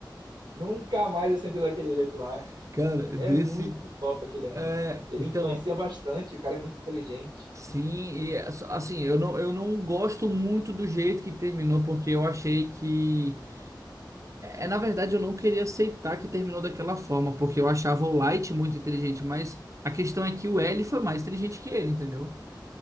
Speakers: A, on the right; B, on the right.
A: Nunca mais eu sentei daquele jeito lá,
B: <laughs>
A: bicho.
B: Cara,
A: É
B: desse.
A: muito top aquele anime.
B: É,
A: Ele
B: então,
A: influencia bastante, o cara é muito inteligente.
B: sim, e é só- assim, eu não, eu não gosto muito do jeito que terminou, porque eu achei que. É, na verdade, eu não queria aceitar que terminou daquela forma, porque eu achava o Light muito inteligente, mas a questão é que o L foi mais inteligente que ele, entendeu?